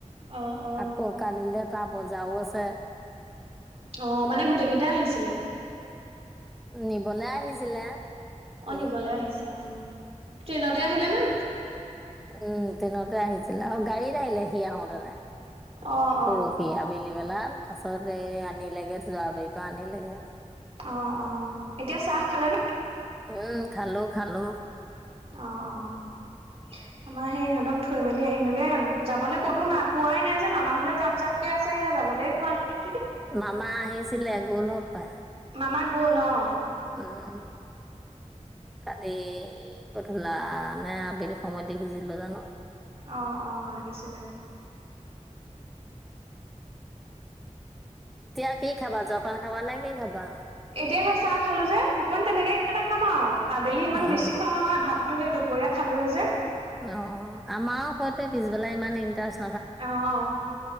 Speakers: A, on the right (about 50°); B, in the centre.
A: অ', অ,
B: আকৌ কালিলৈ তাৰ বজাৰও আছে।
A: অ', মানে গোটেই কেইটাই আহিছিলে?
B: নিবলে আহিছিলে। সি
A: অ' নিবলে আহিছে অ' ট্ৰেইনতে আহিলে নে?
B: উ ট্ৰেইনতে আহিছিলে আও গাড়ীত আহিলে সি আহোতেনে।
A: অ অ
B: পৰসি আবেলি বেলা। তাছত এই আনিলেগে, জৱাবাৰীৰ পৰা আনিলেগে।
A: অ' অ' এতিয়া চাহ খালে নে?
B: উ খালোঁ খালোঁ।
A: অ' অ'। আমাৰ হেই ইহঁতক থৈ মেলি আহিলোগে। যাবলৈ কতো নাই, পোৱাই নাই যে মামাহলে যাম যাম কে আছে কেয়া যা যাবলৈ পোৱা নাই।
B: মামা আহিছিলে গ'ল হপাই।
A: মামা গ'ল অ'।
B: উম। কালি গধূলা নে আবেলি সময়ত দেখিছিলোঁ জানো।
A: অ' অ' আহিছিলে।
B: এতিয়া কি খাবা, জপান খাবা নে কি খাবা?
A: এতিয়া সে চাহ খালোঁ যে অকমান তেনেকে কিবা এটা খাম আও আবেলি ইমান
B: অ',
A: বেছি খোৱা নহয় ভাত তো হেই দুপৰীয়া খালোৱে যে।
B: ন আমাও সটোৱে পিছবেলা ইমান ইন্টাৰেষ্ট
A: অ'